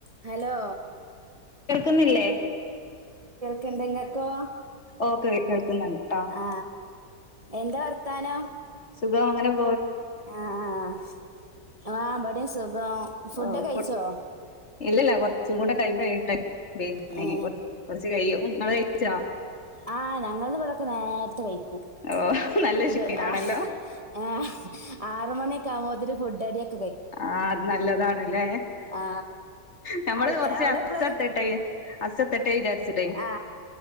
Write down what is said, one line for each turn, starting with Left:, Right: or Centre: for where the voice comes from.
Right: Hello
Left: കേൾക്കുന്നില്ലേ?
Right: ഇണ്ട് നിങ്ങക്കൊ
Left: ഓക്കെ കേൾക്കുന്നുണ്ട് ട്ടോ
Right: ആ എന്താ വർത്താനം?
Left: സുഖവാ അങ്ങനെ -
Right: ആഹാ ആഹ് ഇവിടേം സുഖം. ഫുഡ്
Left: ഓ
Right: കഴിച്ചോ
Left: ഫുഡ്‌ ഇല്ലില്ല കൊർ ച്ചും കൂടെ ടൈമ് കഴിയട്ടെ. പിന്നെ
Right: ഏ
Left: കൊർ കൊറച്ച് കഴിയും. നിങ്ങള് കഴിച്ചോ?
Right: ആ ഞങ്ങളിവിടൊക്കെ നേരത് ത്തെ കഴിക്കും
Left: ഓ നല്ല
Right: ഒര്
Left: ശീലാണല്ലോ
Right: ആഹ് ആ ആറുമണിക്കെ ആകുമ്പത്തെനും ഫുഡ്‌ റെഡി -
Left: ആ അത് നല്ലതാണല്ലേ
Right: ആ
Left: നഞമ്മള്
Right: അൽ
Left: കുറച്ച്
Right: അവിടെ
Left: അസത്ത
Right: എപ്പളാ
Left: <unintelligible> ട്ടെ അസ ത <unintelligible> <unintelligible> വിചാരിച്ചിട്ടേ
Right: ആ